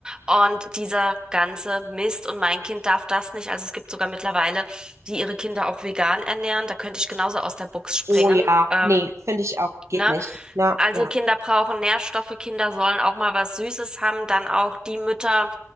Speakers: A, on the right (about 15°); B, on the right (about 65°).
A: und dieser ganze Mist. Und mein Kind darf das nicht. Also es gibt sogar mittlerweile, die ihre Kinder auch vegan ernähren. Da könnte ich genauso aus der Box springen.
B: Oh ja,
A: Ähm,
B: nee, finde ich auch, geht
A: ne?
B: nicht, Na
A: Also
B: Ja.
A: Kinder brauchen Nährstoffe, Kinder sollen auch mal was Süßes haben. Dann auch die Mütter,